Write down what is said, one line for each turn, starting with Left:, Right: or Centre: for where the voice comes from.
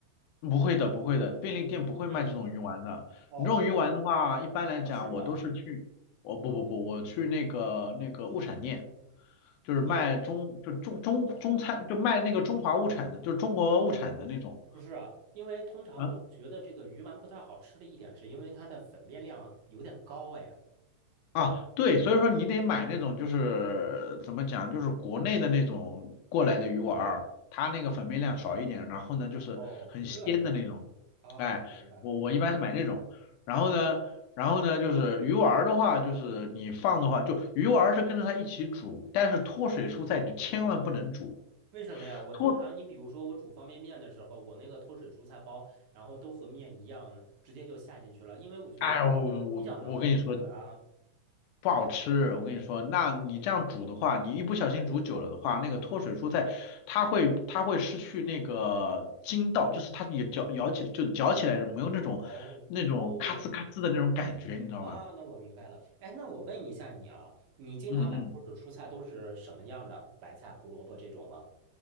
Left: 不会的不会的，便利店不会卖这种鱼丸的。
Right: 嗯哦
Left: 你这种鱼丸的话，一般来讲我都是去，
Right: 是吗？
Left: 我不不不，我去那个那个物产店，就是卖中就中中中餐，
Right: 嗯哦
Left: 就卖那个中华物产的，就是中国物产的那种。
Right: 不是啊因为通常我觉得这个鱼丸不太好吃的一点是因为它的粉面量有点高哎。
Left: 啊啊，对，所以说你得买那种就是怎么讲，就是国内的那种过来的鱼丸儿，它那个粉面量少一点，然后呢就是很鲜的那种。
Right: 哦，是这样。啊，
Left: 哎，
Right: 明白了，
Left: 我我一般是买这种，
Right: 明白了。
Left: 然后呢，然后呢就是鱼丸儿的话，就是你放的话，就鱼丸儿是跟着它一起煮，但是脱水蔬菜你千万不能煮。
Right: 哦，为什么呀？我通常，
Left: 脱，
Right: 你比如说我煮方便面的时候，我那个脱水蔬菜包，然后都和面一样，直接就下进去了，因为我觉得
Left: 哎，我我我跟你说，
Right: 比较能煮呀。
Left: 不好吃，我跟你说，那你这样煮的话，你一不小心煮久了的话，那个脱水蔬菜它会它会失去那个筋道，就是它也嚼咬起就嚼起来没有那种那种咔呲咔呲的那种感觉，
Right: 哦哦
Left: 你知道吗？
Right: 啊，那我明白了。哎，那我问一下你啊，你经常买脱水蔬菜都是什么样的？
Left: 嗯嗯
Right: 白菜、胡萝卜这种吗？